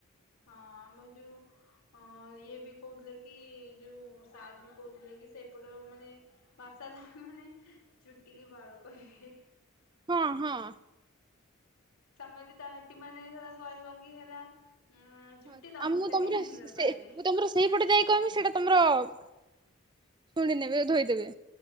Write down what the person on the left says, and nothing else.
ହଁ ଆମେ ଯୋଉ ହଁ ଇଏ ବି କହୁଥିଲେ କି, ଯୋଉ ସାର୍ ବି କହୁଥିଲେ କି ସେପଟ ମାନେ ଭାଷା ତ ମାନେ ଚୁଟିକି ବାଳ କହିବେ।
ତୋମେ ଯଦି ତା ହେଟି ମାନେ ସେଇଟା କହିବ କି ହେଲା ଅଁ, ଚୁଟି
ତୋମକୁ
ସେଠି
ହିଁ
ବାଡେଇବେ।